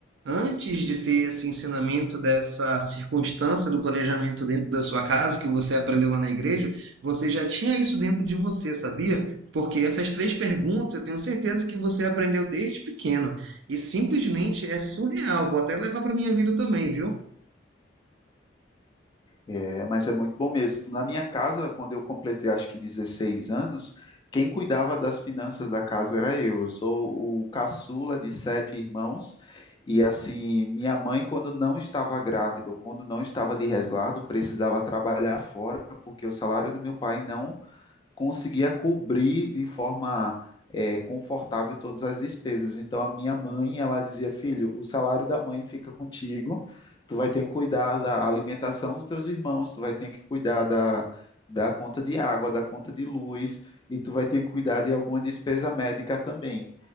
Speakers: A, on the right (about 75°); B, on the left (about 25°).
A: antes de ter esse ensinamento dessa circunstância do planejamento dentro da sua casa, que você aprendeu lá na igreja, você já tinha isso dentro de você, sabia? Porque essas três perguntas eu tenho certeza que você aprendeu desde pequeno. E simplesmente é surreal. Vou até levar para minha vida também, viu?
B: É, mas é muito bom mesmo. Na minha casa, quando eu completei acho que 16 anos, quem cuidava das finanças da casa era eu. Eu sou o caçula de sete irmãos. E assim, minha mãe, quando não estava grávida ou quando não estava de resguardo, precisava trabalhar fora, porque o salário do meu pai não conseguia cobrir de forma é, confortável todas as despesas. Então a minha mãe, ela dizia, filho, o salário da mãe fica contigo, tu vai ter que cuidar da alimentação dos teus irmãos, tu vai ter que cuidar da, da conta de água, da conta de luz, e tu vai ter que cuidar de alguma despesa médica também.